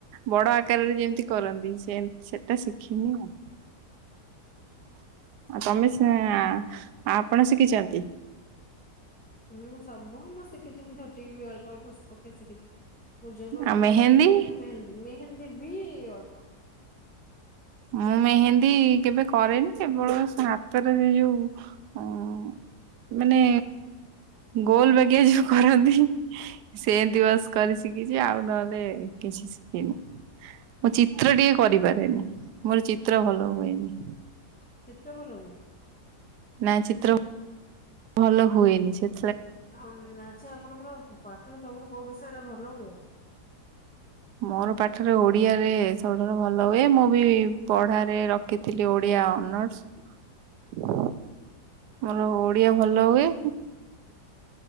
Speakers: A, on the right; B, in the centre.
A: ବଡ ଆକାରରେ ଯେମିତି କରନ୍ତି ସେମି ସେଟା ଶିଖି ନି ଆଉ। ଆ ତମେ ସେ ଆପଣ ଶିଖିଚନ୍ତି?
B: ମୁଁ ସବୁଁ ମୁଁ ଶିଖିଚି ମୁଁ ଝୋଟି ବି ଅଳ୍ପ ଅଳ୍ପ ଶି ପକେଇ ଶିଖିଚି। ମୁରୁଜ ବି ଅଳ୍ପ
A: ଆଉ ମେହେନ୍ଦୀ
B: ପକେଇ ଶିଖିଚି ମେହେନ୍ଦୀ ମେହେନ୍ଦୀ ବି ଅଳ୍ପ।
A: ମୁଁ ମେହେନ୍ଦୀ କେବେ କରେନି କେବଳ ହାତରେ ଏଇ ଯୋଉ ଅଂ ମାନେ ଗୋଲ ବାଗିଆ ଯୋଉ କରନ୍ତି ସେମିତି ବାସ୍ କରି ଶି କିଚି ଆଉ ନହେଲେ କିଛି ଶିଖିନି ମୁଁ ଚିତ୍ର ଟିକେ କରିପାରେନି। ମୋର ଚିତ୍ର ଭଲ ହୁଏନି।
B: ଚିତ୍ର ଭଲ ହୁଏ।
A: ନାଇ ଚିତ୍ର ଭଲ ହୁଏନି ସେ
B: ଆମ ଆଚ୍ଛା ଆପଣଙ୍କର ପାଠରେ ସବୁଠୁ କୋଉ ବିଷୟଟା ଭଲ ହୁଏ।
A: ମୋର ପାଠରେ ଓଡିଆରେ ସବୁଠାରୁ ଭଲ ହୁଏ ମୁଁ ବି ପଢାରେ ରଖିଥିଲି ଓଡିଆ। ଅନର୍ସ। ମୋର ଓଡିଆ ଭଲ ହୁଏ।